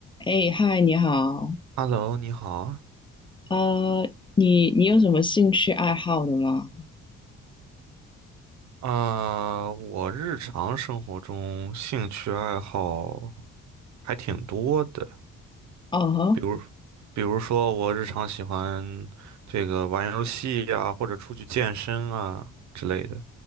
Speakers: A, on the left; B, on the right.
A: 哎，嗨，你好，
B: Hello，你好。
A: 呃，你你有什么兴趣爱好的吗？
B: 啊、我日常生活中兴趣爱好还挺多的，
A: 哦哈，
B: 比如，比如说我日常喜欢这个玩游戏呀、或者出去健身啊之类的。